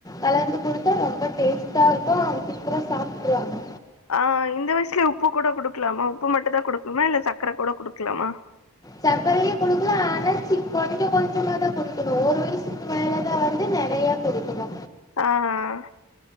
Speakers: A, on the left; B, on the left.
A: கலந்து குடுத்தா ரொம்ப டேஸ்ட்டாருக்கு சீக்கரோ சாப்ட்ருவாங்க
B: ஆ இந்த வயசுலே உப்பு கூட குடுக்கலாமா உப்பு மட்டு தா குடுக்கனுமா இல்ல சக்கர கூட குடுக்கலாமா
A: சக்கரையே குடுக்கலா ஆனா சி கொஞ்ச கொஞ்சமாதா குடுக்கணு ஒர் வய்சுக்கு மேலதா வந்து நெறையா குடுக்கணு
B: ஆஅ